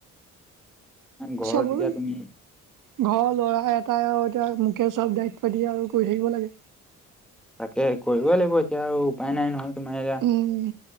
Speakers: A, in the centre; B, on the right (about 70°).
A: ঘৰত
B: চব হ'ল,
A: এতিয়া তুমি
B: ঘৰৰ ল'ৰা এটাই আৰু এতিয়া মোকে চব দায়িত্ব দি আৰু কৰি থাকিব লাগে।
A: তাকে কৰিব লাগিব এতিয়া আৰু উপায় নাই নহয় তোমাৰ এতিয়া
B: উম